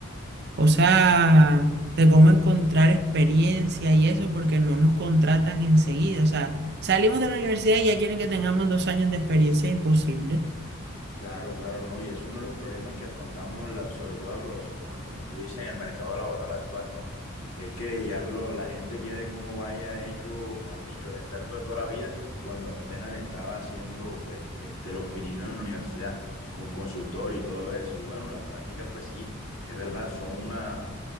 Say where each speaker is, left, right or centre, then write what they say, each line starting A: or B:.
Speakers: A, on the right (about 55°); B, on the left (about 85°).
A: o sea, de cómo encontrar experiencia y eso, porque no nos contratan enseguida. O sea, salimos de la universidad y ya quieren que tengamos dos años de experiencia, imposible.
B: Claro, claro, no. Y es uno de los problemas que afrontamos, la, sobre todo la población joven, como tú dices, en el mercado laboral actual, ¿no? Que es que ya lo, la gente quiere que uno vaya hecho, mejor dicho, el experto de toda la vida, cuando apenas le estaba haciendo, pues, este, los pininos en la universidad, con consultorio y todo eso. Y bueno, las prácticas, pues sí, es verdad, son una,